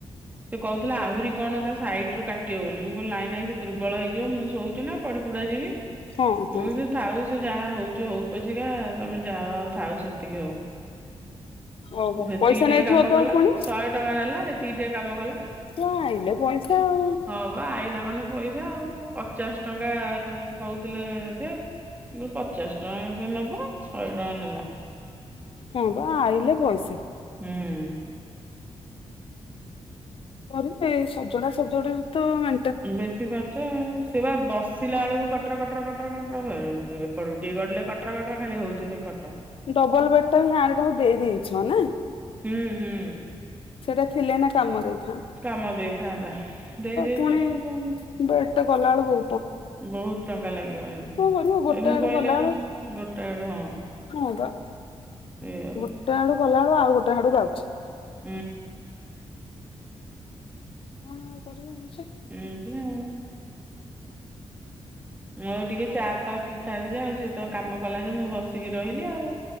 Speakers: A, on the right (about 15°); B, on the left (about 55°).
A: ସେ କହୁଥୁଲା ଆହୁରି କଣ ତା ସାଇଟ ରୁ କାଟିବ ବୋଲି ମୁଁ କହିଲି ନାଇଁ ନାଇଁ ସେ ଦୁର୍ବଳ ହେଇଯିବ ମୁଁ ଶୋଉଛି ନାଁ। ପାଡିପୁଡା ଯିବି।
B: ହଁ ହଁ
A: ମୁଁ କହିଲି ଥାଉ ସେ ଯାହା ହଉଛି ହଉ ପଛିକା ତମେ ଯାଅ ଆଉ ଥାଉ ସେତିକି ହଉ।
B: ଓହୋ
A: ସେତିକି
B: ପଇସା
A: ଟିକେ
B: ନେଇଥିବ
A: କାମ
B: ତ
A: କଲା
B: ପୁଣି
A: ଶହେ ଟଙ୍କା ନେଲା ଏତିକି ଟିକେ କାମ କଲା।
B: ହଁ ଆଇଲେ ପଇସା ଆଉଁ।
A: ହଁ ବା ଆଇଲା ମାନେ ପଇସା ଆଉ ପଚାଶ ଟଙ୍କା କହୁଥିଲେ ଯେ ମୁଁ କହିଲି ପଚାଶ ଟଙ୍କା କଣ ସେ ନେବେ ଶହେ ଟଙ୍କା ନେଲା।
B: ହଁ ପା ଆଇଲେ ପଇସା।
A: ହୁଁ।
B: କରିବେଏ ସଜଡା ସଜଡି ରୁ ତ ମା
A: ବେଶୀ ଖର୍ଚ୍ଚ ଆଉଁ ସେ ବା ବସେ ସିଲା ବେଳକୁ କଟର କଟର କଟର କଟର ଉଁ ମଁ ଏପଟକୁ ଟିକେ ଗଡିଲେ କଟର କଟର ଖାଲି ହଉଛି ସେ ଖଟ।
B: ଡବଲ ବେଡ୍ ଟା ବି ଗାଁରେ। କାହାକୁ ଦେଇ ଦେଇଛନାଁ।
A: ହୁଁ ହୁଁ।
B: ସେଇଟା ଥିଲେ ଏଇନା କାମରେ ଆଇ
A: କାମ ଦେଇଥାନ୍ତା ଦେଇ ଦେଇଛୁ
B: ପୁଣି
A: ଆଉ କଣ।
B: ବେଡ୍ ଟେ କଲାବେଳକୁ
A: ବହୁତ ଟଙ୍କା ଲାଗିବ ଏଇନେ
B: କରିବ ଗୋଟେ
A: ଏ ମୁଁ
B: ଆଡୁ
A: କହିଲି
B: ଗଲାବେଳୁ
A: ଆଉ ଗୋଟା ଆଡୁ ହଁ।
B: ହଁ ବା
A: ସେଇ ହୁଁ
B: ଗୋଟେ ଆଡୁ କଲା ବେଳୁ ଆଉ ଗୋଟେ ଆଡୁ ଯାଉଛି।
A: ହୁଁ।
B: କଣ ଆଉ କରିବ ମଣିଷ।
A: ଉଁ ହୁଁ। ମୁଁ ଆଉ ଟିକେ ଚା ଫା ପିଇଥାନ୍ତି ଯେ ଆଉ ସିଏ ତ କାମ କଲା ଯେ ମୁଁ ବସିକି ରହିଲି ଆଉ।